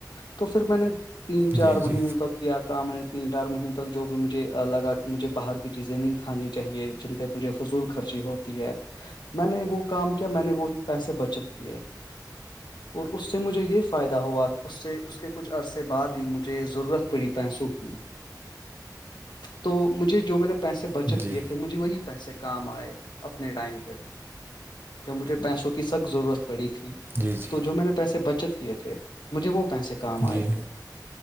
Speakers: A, on the left (about 85°); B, on the right (about 30°).
A: تو پھر میں نے تین چار
B: جی
A: مہینوں
B: جی
A: تک کیا کام نے تین چار مہیوں تک جو بھی م مجھ لگا کہ مجھے باہر کی چیزیں نہیں کھانی چاہیے جن پہ مجھے فضول خرچی ہوتی ہے میں نے وہ کام کیا میں نے وہ پیسے بچت کیے اور اس سے مجھے یہ فائدہ ہوا کہ اس سے اس کے کچھ عرصے بعد ہی مجھے ضرورت پڑی پیسوں کی تو مجھے جو میں نے پیسے بچت
B: جی
A: کیے تھے مجھے وہی پیسے کام آئے اپنے ٹائم پہ تو مجھے پیسوں کی سخت ضرورت پڑی تھی
B: جی جی
A: جو میں نے پیسے بچت کیے تھے مجھے وہ پیسے کام
B: جی
A: آئے تھے